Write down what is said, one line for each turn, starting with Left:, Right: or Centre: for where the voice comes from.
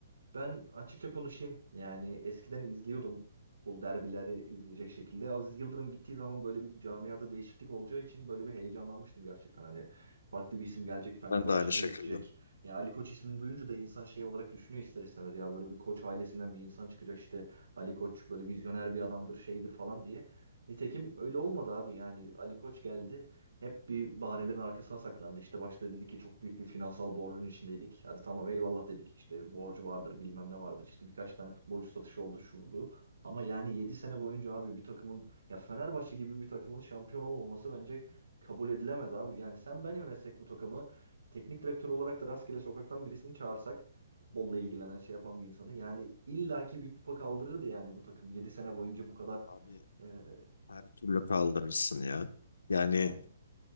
Right: ben açıkça konuşayım. Yani eskiden izliyordum bu derbileri izleyecek şekilde. Aziz Yıldırım gittiği zaman böyle bir camiada değişiklik olacağı için böyle bir heyecanlanmıştım gerçekten. Hani farklı bir isim gelecek, Fenerbahçe
Left: Ben de aynı
Right: yönetecek.
Left: şekilde.
Right: Ya Ali Koç ismini duyunca da insan şey olarak düşünüyor ister istemez. Ya böyle bir Koç ailesinden bir insan çıkacak işte. Ali Koç böyle vizyoner bir adamdır, şeydir falan diye. Nitekim öyle olmadı abi. Yani Ali Koç geldi. Hep bir bahanelerin arkasına saklandı. İşte başta dedi ki çok büyük bir finansal borcun içindeydik. Hadi tamam eyvallah dedik. İşte borcu vardır bilmem ne vardır. İşte birkaç tane futbolcu satışı oldu şu bu. Ama yani 7 sene boyunca abi bir takımın ya Fenerbahçe gibi bir takımın şampiyon olmaması bence kabul edilemez abi. Yani sen ben yönetsek bu takımı teknik direktör olarak da rastgele sokaktan birisini çağırsak futbolla ilgilenen şey yapan bir insanı yani illaki bir kupa kaldırırdı yani bu takım 7 sene boyunca bu kadar
Left: Abi
Right: e,
Left: Her türlü kaldırırsın ya. Yani
Right: yani.